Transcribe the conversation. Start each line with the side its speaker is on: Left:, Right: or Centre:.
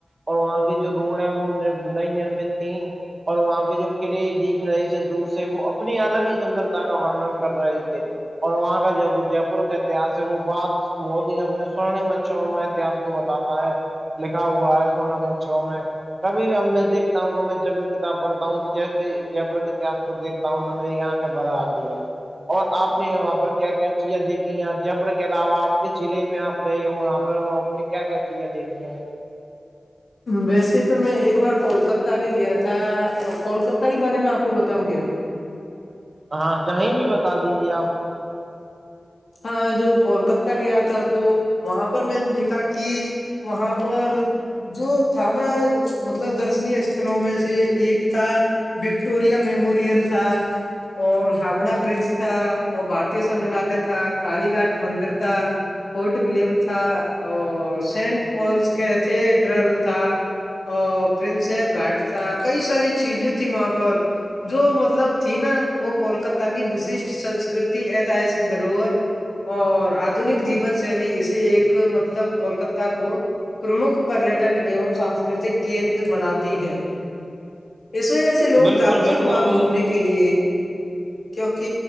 Right: اور وہاں کے جو روڈ ہے وہ وہ نہیں نرمتی اور وہاں کے جو قلع دیکھ رہے تھے دور سے وہ اپنی الگ ہی سندرتا کا وورنن کر رہے تھے اور وہاں کا جب وہ جے پور کا اتہس ہے وہ بات مت ہی اپنے سوورن مچھروں میں اتہس کو بتاتا ہے لکھا ہوا ہے سولہ نمبر چو میں کبھی بھی ا میں دیکھتا ہوں کہ میں جب بھی کتاب پڑھتا ہوں تو جیسے جر کےتس کو دیک بتا ہوں تو میری آنکھیں بھرا آتی ہیں اور آپ نے وہاں پر کیا کیا چیزیں دیکھی ہیں جبر کے علاوہ آپ کے ضلع میں آپ گئے ہو یہاں پر اس میں کیا کیا چیزیں دیکھی ہیں
Left: ویسے تو میں ایک بار کولکہ بھی گیا تھا کولک کے بارے میں آپ کو بتاؤں کیا
Right: ہاں کہیں بھی بتا دیجیے آپ
Left: ہاں جو کولکتہ گیا تھا تو وہاں پر میں نے دیکھا کہ وہاں پر جو تھا نا مطلب درشنی استلوں میں سے ایک تھا وکٹوریا میموریل تھا <unintelligible> اور ہاوڑا برج تھا اور بارتی سنگگرالیہ تھا کالی گاٹ مندر تھا فورٹ ولیم تھا اور سینٹ پالس کا ایتھیڈرل تھا اور پرن صاب گھاٹ تھا کئی ساری چیزیں تھھی وہاں پر جو مطلب تھی نا وہ کولکتا کی وششٹ سنسکرتی ایتسک دروہر اور آدنک جیون شیلی اسے ایک مطلب کولکتاہ کو پرمکھ پریٹن ایوم سانسکرتک کیندر بناتی ہیں اس میں سے لوگ
Right: بالکل
Left: جاتے ہیں
Right: بالکل
Left: نا وہاں گھومنے کے لیے کیونک